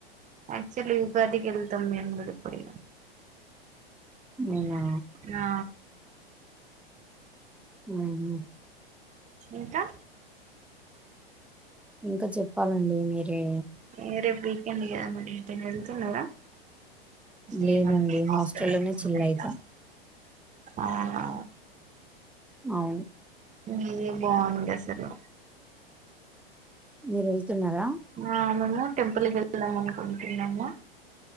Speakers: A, on the right (about 25°); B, in the centre.
A: యాక్చువలీ ఉగాదికి వెళ్తాం మేము కూడా <unintelligible>
B: అవునా
A: హా
B: మ్మ్
A: ఇంకా
B: ఇంకా చెప్పాలండి మీరే
A: ఏ రేప్ వీ <unintelligible>
B: లేదండి
A: ఏమొ అండి హాస్టల్లనే
B: హాస్టల్లోనే చిల్ అయితా
A: <unintelligible> అవునా
B: అవును
A: మీదే బాగుంది అస్ సరే
B: మీరు వెళ్తున్నారా
A: ఆ మొన్న టెంపుల్ కెళ్దాం అనుకున్ తిన్నమ్మా